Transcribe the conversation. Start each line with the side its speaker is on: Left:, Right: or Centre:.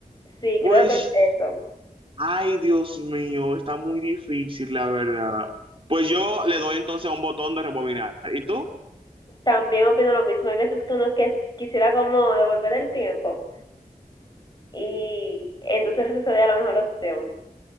Left: Sí,
Right: Pues,
Left: creo que es eso.
Right: ay, Dios mío, está muy difícil, la verdad. Pues yo le doy entonces a un botón de rebobinar. ¿Y tú?
Left: También opino lo mismo. Hay veces que uno que quisiera como devolver el tiempo y entonces esa sería la mejor opción.